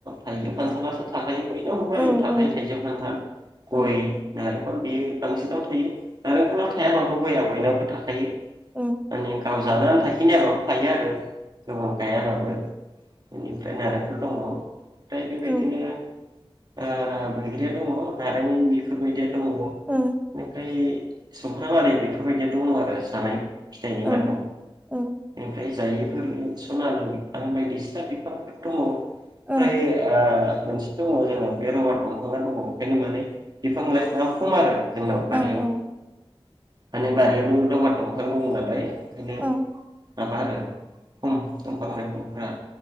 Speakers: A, on the right (about 45°); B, on the right (about 15°).
A: थाइगिर खान्थालाथ' थाखायो बयनावबो बारियाव
B: औ
A: थाखायो
B: औ
A: थाइजौ खान्थाल गय
B: औ
A: नालेंखर बेयो बांसिनाव थायो नारेंखला थायाबाबो गया बयनावबो थाखायो
B: औ
A: मेने गाव जानानै थाखिनायाबाबो थायो आरो गोबां गायाबाबो फ्राय नलेंखर दं फ्राय बेबादिनो
B: औ
A: ओ बैग्रिया दङ नारें बेफोरबायदिया दङ बेनिफ्राय
B: औ
A: सुमफ्राम आरि बेफोरबायदिया दङ आरो जानाय फिथाइनि
B: औ
A: माथाव
B: औ
A: बेनिफ्राय जायैफोरनि सनालु बिफां बायदिसिना बिफांफोरथ दङ'
B: औ
A: फ्राय मोनसेथ' दङ जोंनो बे रबार दंफां दङ ओंखायनो माने बिफां लाइफाङा खम आरो जोंनाव
B: औ
A: बारियाव माने बारियावनो दंफां दं नालाय ओंखायनो
B: औ
A: माबा आरो खम दंफां लाइफांफ्रा